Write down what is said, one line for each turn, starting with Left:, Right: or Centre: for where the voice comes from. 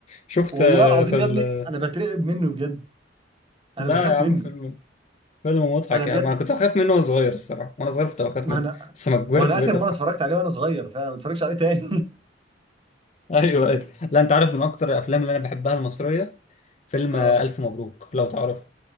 Left: شفت
Right: والله
Left: آه،
Right: العظيم
Left: في ال...
Right: يا ابني انا بترعب منه بجد انا
Left: لا
Right: بخاف
Left: يا عم
Right: منه
Left: فيلم فيلم مضحك
Right: انا بجد
Left: يعني ما كنت بخاف منه وانا صغير الصراحه وانا صغير كنت بخاف
Right: ما
Left: منه
Right: انا
Left: بس لما كبرت
Right: ما انا
Left: بقيت
Right: اخر
Left: اضحك
Right: مره اتفرجت عليه وانا صغير فانا ما اتفرجش عليه تاني
Left: <laughs> ايوه
Right: <laughs>
Left: ايوه لا انت عارف من اكتر الافلام اللي انا بحبها المصريه فيلم
Right: اه
Left: آه، الف مبروك لو تعرفه